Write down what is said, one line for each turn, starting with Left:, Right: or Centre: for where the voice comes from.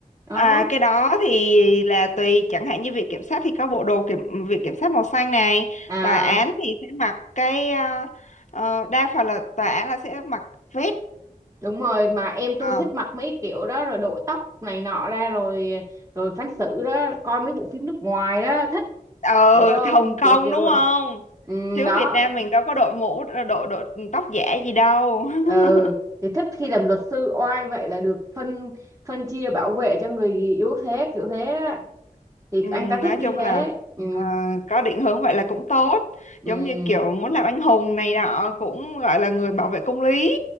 Right: đó
Left: À, cái đó thì là tùy chẳng hạn như viện kiểm sát thì có bộ đồ kiểm viện kiểm sát màu xanh này
Right: à
Left: tòa án thì sẽ mặc cái ờ, ờ, đa phần là tòa án là sẽ mặc vest
Right: Đúng rồi mà em tôi
Left: ờ,
Right: thích mặc mấy kiểu đó rồi đội tóc này nọ ra rồi rồi phán xử đó coi mấy bộ phim nước ngoài đó thích
Left: ừ
Right: kiểu không
Left: Hồng Kông
Right: kiểu kiểu
Left: đúng không
Right: ừ,
Left: chứ
Right: đó
Left: Việt Nam mình đâu có đội mũ đội đội tóc giả gì đâu
Right: ừ
Left: <laughs>
Right: thì thích khi làm luật sư oai vậy là được phân phân chia bảo vệ cho người yếu thế kiểu thế đó thì
Left: Ừm,
Right: anh ta thích
Left: nói
Right: như
Left: chung
Right: thế
Left: là
Right: ừ
Left: ờ, có định hướng vậy là cũng tốt
Right: ừ
Left: giống như kiểu muốn làm anh hùng này nọ cũng gọi là người bảo vệ công lý